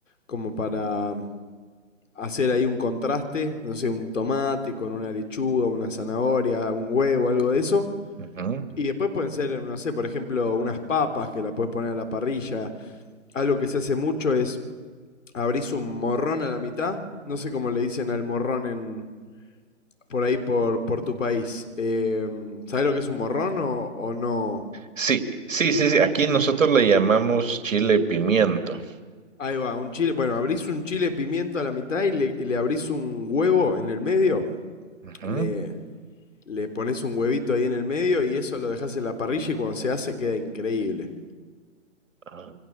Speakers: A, on the left; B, on the right.
A: como para mm, hacer ahí un contraste, no sé, un tomate con una lechuga, una zanahoria, un huevo, algo de eso.
B: Ujú.
A: Y después pueden ser, no sé, por ejemplo, unas papas que la puedes poner a la parrilla. Algo que se hace mucho es abrís un morrón a la mitad. No sé cómo le dicen al morrón en por ahí por, por tu país. Eh, ¿Sabés lo que es un morrón o, o no?
B: Sí, sí, sí, sí. Aquí nosotros le llamamos chile pimiento.
A: Ahí va, un chile. Bueno, abrís un chile pimiento a la mitad y le, y le abrís un huevo en el medio.
B: Ujú.
A: Le, le pones un huevito ahí en el medio y eso lo dejas en la parrilla y cuando se hace queda increíble.
B: Ah,